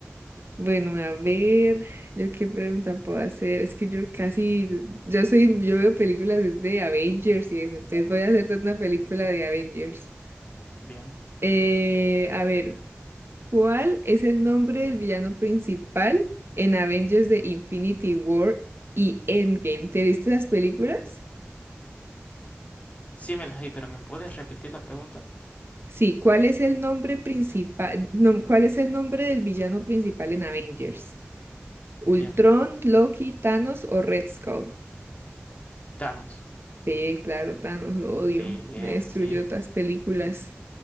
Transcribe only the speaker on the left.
bien.
Sí me las di, pero ¿me puedes repetir la pregunta?
Bien.
Thanos.
Sí, bien,
sí,